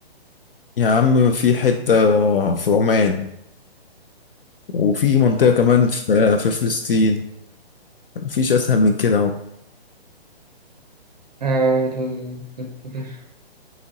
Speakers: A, on the left; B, on the right.
A: يا عم في حتة في عمان وفي منطقة كمان في في فلسطين مفيش أسهل من كده أهو
B: آه، <laughs> ت- ت- ت-